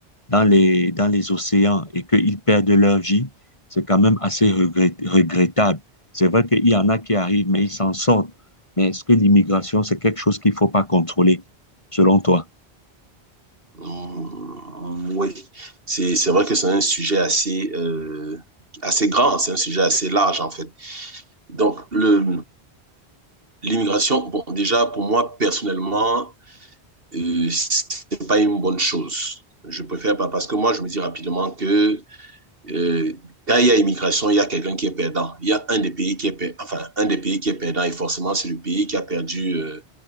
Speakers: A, on the left (about 30°); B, on the right (about 60°).
A: dans les, dans les océans et qu'ils perdent leur vie, c'est quand même assez regret- regrettable. C'est vrai qu'il y en a qui arrivent, mais ils s'en sortent. Mais est-ce que l'immigration, c'est quelque chose qu'il ne faut pas contrôler, selon toi?
B: Mm, Oui, c'est c'est vrai que c'est un sujet assez euh, assez grand, c'est un sujet assez large en fait. Donc le l'immigration, bon déjà pour moi personnellement, euh, c'est pas une bonne chose. Je préfère pas parce que moi je me dis rapidement que euh, quand il y a immigration, il y a quelqu'un qui est perdant. Il y a un des pays qui est per- enfin un des pays qui est perdant et forcément c'est le pays qui a perdu euh,